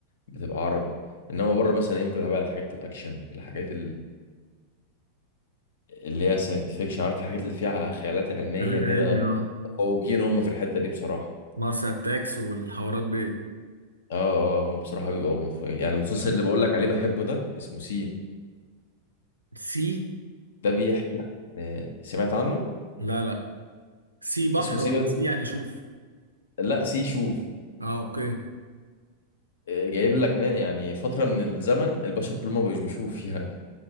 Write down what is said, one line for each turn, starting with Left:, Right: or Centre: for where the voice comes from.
Left: بتبقى عربي انما بره مثلا ايه ممكن اتابع الحاجات الاكشن الحاجات اللي هي ساينتفيكشن عارف الحاجات اللي فيها خيالات علمية
Right: ثلاثة
Left: كده
Right: علمي أه
Left: متفوقين هم في الحتة دي بصراحة
Right: مارس أتاكس والحوارات دي
Left: اه اه هم بصراحة بيبقوا متفوقين. يعني المسلسل اللي بقول لك عليه بحبه ده اسمه سي
Right: سي
Left: ده بيحكي عن سمعت عنه
Right: لا لا سي بحر
Left: اسمه سي
Right: ولا
Left: بس
Right: سي يعني شوف
Left: لا سي شوف
Right: اه اوكي
Left: آه، جايب لك نا- يعني فترة من الزمن البشر كلهم ما بقوش بيشوفوا فيها